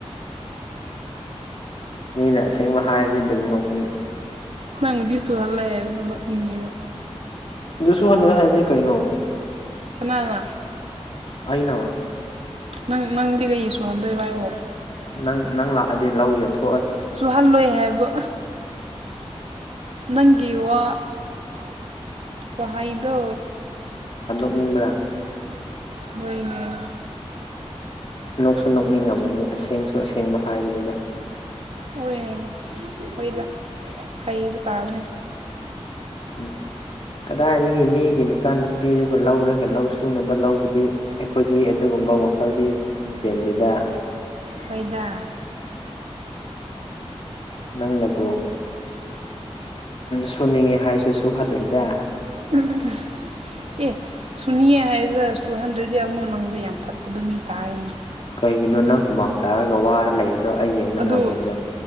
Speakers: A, on the left; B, on the right.
A: ꯃꯤꯅ ꯑꯁꯦꯡꯕ ꯍꯥꯏꯔꯒ ꯑꯗꯨꯝ ꯅꯣꯛꯈꯜꯂꯤ
B: ꯅꯪ ꯎꯗꯤꯠꯇꯨ ꯍꯜꯂꯔ ꯑꯗꯨꯅꯣꯉꯕ
A: ꯑꯗꯨꯁꯨꯣ ꯍꯜꯂ ꯁꯥꯍꯕꯅꯦ ꯀꯩꯅꯩꯅꯣ
B: ꯀꯅꯥꯅ
A: ꯑꯅ
B: ꯅꯪ ꯅꯪꯗꯤ ꯀꯩ ꯁꯨꯍꯟꯗꯣꯏ ꯚ ꯍꯥꯏꯕꯣ
A: ꯅꯪ ꯅꯪ ꯂꯥꯛꯑꯗꯤ ꯂꯧ ꯌꯣꯟꯊꯣꯛ
B: ꯁꯨꯍꯜꯂꯣꯏ ꯍꯥꯏꯕ ꯅꯪꯒꯤ ꯋꯥ ꯋꯥꯍꯩꯗꯣ
A: ꯅꯤꯡꯕ꯭ꯔꯥ
B: ꯑꯣꯏꯏꯅꯥ
A: ꯅꯣꯛꯁꯨ ꯅꯣꯛꯅꯤꯡꯉꯝꯃꯅꯤ ꯑꯁꯦꯡꯁꯨ ꯑꯁꯦꯡꯕ ꯍꯥꯏꯕꯅꯤꯗꯥ
B: ꯑꯣꯏ ꯑꯣꯏꯗ ꯍꯥꯏꯕꯇꯥꯥꯕꯅꯤ
A: ꯎꯝ ꯀꯗꯥꯏꯗꯥꯒꯤ ꯃꯤꯒꯤ ꯃꯆꯥꯅꯨꯄꯤꯗꯨꯕꯨ ꯂꯧꯔꯒ ꯂꯧ ꯁꯨꯅꯕ ꯂꯧꯕꯗꯤ ꯑꯩꯈꯣꯏꯗꯤ ꯑꯗꯨꯒ ꯀꯨꯝꯕꯥ ꯋꯥꯈꯜꯗꯤ ꯆꯦꯟꯗꯦꯗꯥ
B: ꯐꯣꯏꯗꯥ
A: ꯅꯪꯅꯥꯕꯨ ꯁꯨꯅꯤꯡꯉꯦ ꯍꯥꯏꯔꯁꯨ ꯁꯨꯍꯜꯂꯣꯏꯏꯗ
B: ꯎꯝ ꯎꯝ ꯎꯝ ꯑꯦ ꯁꯨꯅꯤꯌꯦ ꯍꯥꯏꯗꯨꯅ ꯑꯁ ꯇꯨ ꯍꯟꯗ꯭ꯔꯦꯗꯁ ꯑꯃꯨꯛ ꯅꯪꯁꯦ ꯌꯥꯝ ꯐꯠꯇꯕ ꯃꯤ ꯇꯥꯔꯦꯅꯦ
A: ꯀꯩꯒꯤꯅꯣ ꯅꯪ ꯍꯨꯃꯥꯡ ꯇꯥꯔꯒ ꯋꯥꯔ ꯂꯩꯕꯗꯣ ꯑꯩ ꯌꯦꯡꯕ
B: ꯑꯗꯨ
A: ꯉꯝꯒꯗ꯭ꯔꯣ